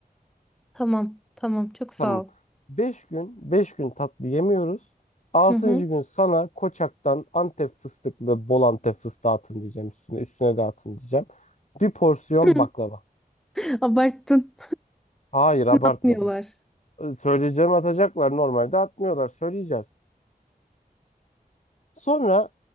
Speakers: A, in the centre; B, on the left.
A: Tamam tamam çok sağ
B: Tamam.
A: ol.
B: Beş gün beş gün tatlı yemiyoruz. Altıncı
A: Hı hı.
B: gün sana Koçak'tan Antep fıstıklı bol Antep fıstığı atın diyeceğim üstüne. Üstüne de atın diyeceğim. Bir porsiyon
A: <clears throat>
B: baklava.
A: <laughs> Abarttın.
B: Hayır abartmadım.
A: Atmıyorlar.
B: e, söyleyeceğimi atacaklar. Normalde atmıyorlar. Söyleyeceğiz. Sonra